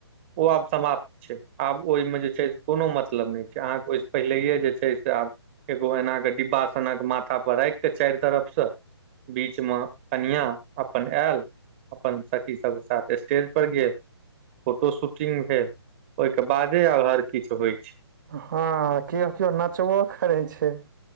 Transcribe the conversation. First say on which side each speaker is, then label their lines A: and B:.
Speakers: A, on the right (about 25°); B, on the right (about 45°).
A: ओ आब समाप्त छै आब ओहिमे जे छै कोनो मतलब नहि छै अहाँके ओहिसँ पहिले जे छै से आब एगो एना के डिब्बा सनक माथा पर राख के चारि तरफ से बीच मे कनियाँ अपन एल अपन सखी सबके साथ स्टेज पर गेल फोटो शूटिंग भेल ओहिके बादे आब हर किछु होइ छै
B: हँ केओ केओ नचबो करै छै